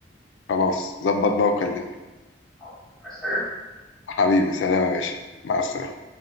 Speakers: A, on the left; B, in the centre.
A: خلاص ظبط بقى وكلمني
B: حاضر. عايز حاجة؟
A: حبيبي سلام يا باشا مع السلامة